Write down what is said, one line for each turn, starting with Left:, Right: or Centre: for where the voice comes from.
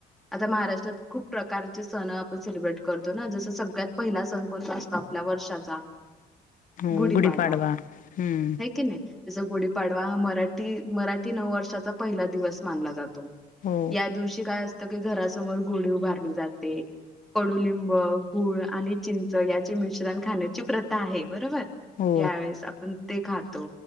Centre: आता महाराष्ट्रात खूप प्रकारचे सण आपण सेलिब्रेट करतो ना, जस सगळ्यात पहिला सण कोणता असतो आपल्या. वर्षाचा
Left: हो
Centre: गुढी
Left: गुढीपाडवा
Centre: पाडवा
Left: हम्म
Centre: हाय की नाही तस गुढी पाडवा हा मराठी मराठी नववर्षाचा पहिला दिवस मानला जातो.
Left: हो
Centre: या दिवशी काय असत घरासमोर गुडी उभारले जाते. कडूलिंब, गूळ, आणि चिंच, याचे मिश्रण खाण्याची प्रथा आहे बरोबर.
Left: हो
Centre: यावेेळेस आपण. ते खोतो